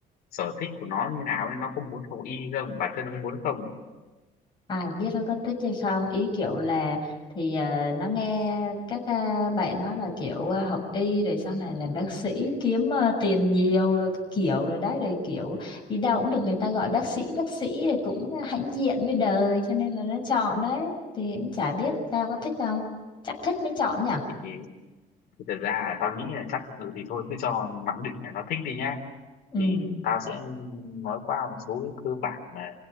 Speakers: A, on the left; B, on the left.
A: sở thích của nó như nào ấy, nó có muốn học y không bản thân nó không muốn không
B: ai biết nó có thích hay không ý kiểu là thì ờ, nó nghe các ờ, bạn nói là kiểu ờ, học y rồi sau này làm bác sĩ kiếm ờ, tiền nhiều
A: ừ.
B: rồi các kiểu rồi đấy rồi kiểu đi đâu cũng được người ta gọi bác sĩ bác sĩ thì cũng hãnh diện với đời cho nên là nó chọn đấy thì cũng chả biết tao có thích không chắc thích mới chọn nhở
A: thì, thì thật ra là tao nghĩ là chắc ừ thì thôi cứ cho mặc định là nó thích đi nhá
B: ừ
A: thì tao sẽ nói qua một số cái cơ bản mà